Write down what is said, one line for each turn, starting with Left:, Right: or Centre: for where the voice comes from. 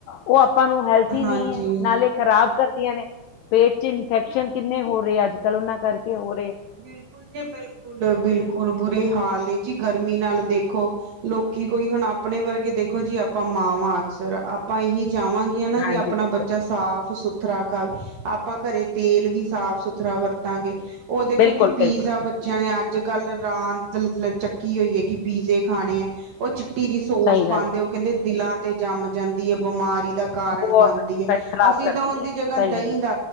Left: ਉਹ ਆਪਾਂ ਨੂੰ ਹੈਲਥੀ
Right: ਹਾਂਜੀ
Left: ਨਹੀਂ ਐ, ਨਾਲੇ ਖ਼ਰਾਬ ਕਰ ਨੇ, ਪੇਟ'ਚ ਇਨਫੈਕਸ਼ਨ ਕਿੰਨੇ ਹੋ ਰਹੇ ਅੱਜ-ਕੱਲ, ਉਹਨਾਂ ਕਰਕੇ ਹੋ ਰਹੇ।
Right: ਬਿਲਕੁਲ ਜੀ, ਬਿਲਕੁਲ-ਬਿਲਕੁਲ ਬੁਰੇ ਹਾਲ ਨੇ ਜੀ ਗਰਮੀ ਨਾਲ ਦੇਖੋ ਲੋਕੀ ਕੋਈ, ਹੁਣ ਆਪਣੇ ਵਰਗੇ ਦੇਖੋ ਜੀ, ਆਪਾਂ ਮਾਵਾਂ ਅਕਸਰ ਆਪਾਂ ਇਹੀ ਚਾਹਵਾਂਗੇ ਗੀਆ ਨਾ
Left: ਹਾਂਜੀ
Right: ਕਿ ਆਪਣਾ
Left: ਬਿਲਕੁਲ,
Right: ਬੱਚਾ ਸਾਫ-ਸੁਥਰਾ ਖਾਵੇ, ਆਪਾਂ ਘਰੇ ਤੇਲ ਵੀ ਸਾਫ-ਸੁਥਰਾ ਵਰਤਾਂਗੇ, ਓ ਦੇਖੋ
Left: ਬਿਲਕੁਲ,
Right: ਜੀ, ਪੀਜ਼ਾ
Left: ਬਿਲਕੁਲ
Right: ਬੱ ਚਿਆ ਨੇ, ਅੱਜ-ਕੱਲ ਰਾਂਤ ਲ ਚੱਕੀ ਹੋਈ ਹੈ, ਕਿ ਪੀਜ਼ੇ ਖਾਣੇ ਆ, ਉਹ ਛ ਖੱਟੀ ਜੀ ਸੋਸ
Left: ਸਹੀ
Right: ਪਾਂਦੇ,
Left: ਗੱਲ ਐ।
Right: ਓ ਕਹਿੰਦੇ ਦਿਲਾਂ ਤੇ ਜੰਮ ਜਾਂਦੀ ਐ, ਬਿਮਾਰੀ ਦਾ ਕਾਰਨ
Left: ਬਹੁਤ
Right: ਬਣਦੀ
Left: ਵਧੀਆ,
Right: ਹੈ
Left: ਸਹੀ ਖ਼ਰਾਬ
Right: ਅਸੀਂ
Left: ਕਰਦੀ
Right: ਤਾਂ ਉਹਦੀ
Left: ਐ,
Right: ਜਗ੍ਹਾ
Left: ਸਹੀ
Right: ਦਹੀਂ
Left: ਗੱਲ ਐ,
Right: ਦਾ,